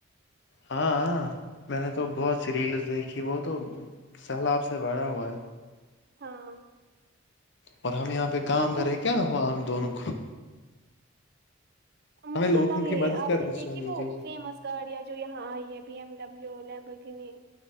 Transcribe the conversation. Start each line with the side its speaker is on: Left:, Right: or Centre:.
Left: ہاں میں نے تو بہت سیریلس دیکھی وہ تو سیلاب سے بھرا ہوا ہے
Right: <inaudible>
Left: اور ہم یہاں پہ کام
Right: آپ
Left: کرے
Right: نے
Left: کیا ہوا ہم دونوں کو
Right: مجھے
Left: ہمیں لوگوں
Right: بتا
Left: کی
Right: ہو
Left: مدد
Right: آپ
Left: کرنی
Right: نے دیکھی
Left: چاہیے
Right: وہ
Left: جی جی
Right: فیمس گاڑیاں جو یہاں آئی ہے بی ایم ڈبلو لبر کینی